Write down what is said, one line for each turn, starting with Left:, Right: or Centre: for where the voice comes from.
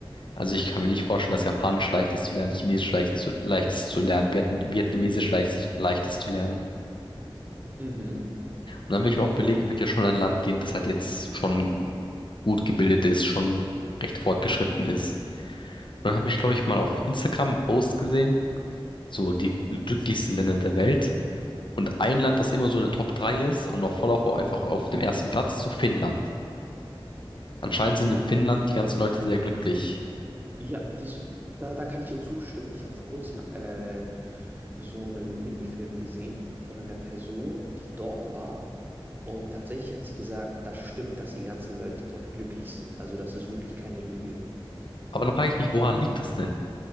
Left: Also ich kann mir nicht vorstellen, dass Japanisch leicht ist zu lernen, Chinesisch leicht zu, leicht ist zu lernen, Viet Vietnamesisch leicht, leicht ist zu lernen.
Right: mhm.
Left: Und dann will ich mir auch belegen, ich möchte ja schon in ein Land gehen, das halt jetzt schon gut gebildet ist, schon recht fortgeschritten ist Dann habe ich, glaube ich, mal auf Instagram einen Post gesehen, so die glücklichsten Länder der Welt. Und ein Land, das immer so in den Top 3 ist und noch voll auf, einfach auf dem ersten Platz, ist so Finnland. Anscheinend sind in Finnland die ganzen Leute sehr glücklich.
Right: Ja, das, da, da kann ich dir zustimmen. Ich habe vor kurzem äh, so einen Minifilm gesehen von einer Person, die dort war Und tatsächlich hat sie gesagt, das stimmt, dass die ganzen Leute dort glücklich sind. Also das ist wirklich keine Lüge.
Left: Aber da frage ich mich, woran liegt das denn?